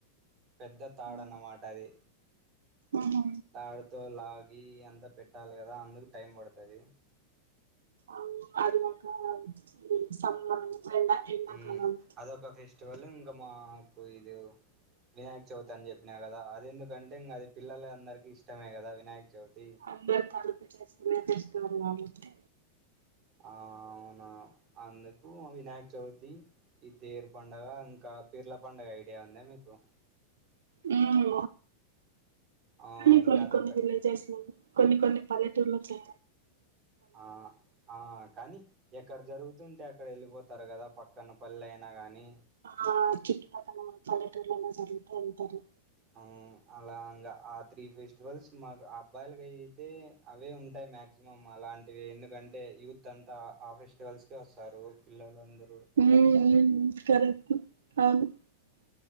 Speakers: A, on the right (about 30°); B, on the right (about 65°).
A: పెద్ద తాడు
B: ఉమ్.
A: అన్నమాట అది
B: ఉహు.
A: తాడుతో లాగి అంతా పెట్టాలి కదా అందుకు టైం పడుతది
B: అవును అది ఒక ఇది సమ్మర్ ఎండ ఎండాకాలం
A: ఊ అదొక ఫెస్టివల్ ఇంక మా కు ఇదు వినాయక చవితి అని చెప్పినా కదా అది ఎందుకంటే ఇంకా అది పిల్లల అందరికీ ఇష్టమే కదా వినాయక చవితి
B: అందరూ <inaudible> చేసుకునే ఫెస్టివల్ కాబట్టి
A: ఆ అవును నా అందుకు వినాయక చవితి ఈ తేరు పండగ ఇంకా పీర్ల పండగ ఐడియా యా ఉందా మీకు
B: హ్మ్
A: ఆ
B: కానీ
A: ఇంకా
B: కొన్ని
A: అదొక
B: కొన్ని విలేజెస్ లో కొన్ని కొన్ని పల్లెటూర్లోకి
A: ఆ ఆ కానీ ఎక్కడ జరుగుతుంటే అక్కడ వెళ్ళిపోతారు కదా పక్కన పలైయినా గానీ
B: ఆ చుట్టుపక్కన పల్లెటూళ్లోలో జరుగుతే వెళ్తారు
A: అ అలా ఆ త్రీ ఫెస్టివల్స్ మాకు అబ్బాయిలకి అయియితే అవే ఉంటాయి మాక్సిమం అలాంటివి ఎందుకంటే యూత్ అంతా ఆ ఫెస్టివల్స్ కే వస్తారు పిల్లలందరు
B: <unintelligible>